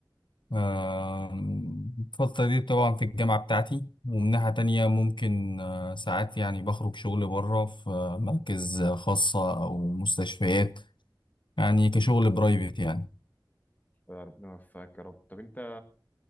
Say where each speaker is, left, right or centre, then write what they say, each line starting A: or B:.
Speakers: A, on the left; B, on the left.
A: آم، الفترة دي طبعا في الجامعة بتاعتي ومن ناحية تانية ممكن آه، ساعات يعني بخرج شغل بره في آه، مراكز خاصة أو مستشفيات يعني كشغل برايفت يعني
B: ربنا يوفقك يا رب طب انت